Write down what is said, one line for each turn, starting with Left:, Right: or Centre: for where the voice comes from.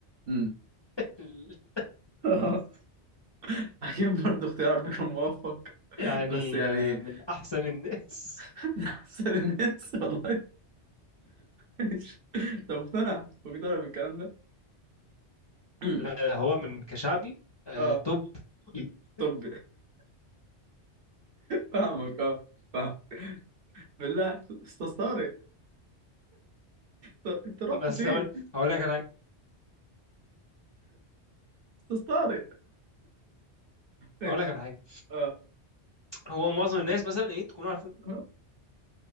Right: امم
Left: <laughs>
Right: <laughs> اكيد برضه اختيار على فكره موفق
Left: يعني
Right: بس يعني
Left: آه، من احسن الناس
Right: <laughs> من احسن الناس والله ماشي. انت مقتنع مقتنع بالكلام ده <clears throat>
Left: لا، هو من كشعبي آه،
Right: اه
Left: توب <laughs>
Right: طب فاهمك اه فاهم بالله استاذ طارق ط- انت رحت
Left: بس
Right: فين
Left: هقول هقول لك على حاجه
Right: استاذ طارق ماشي
Left: هقول لك على حاجه
Right: اه
Left: هو معظم الناس مثلا ايه تكون عارفه
Right: <laughs>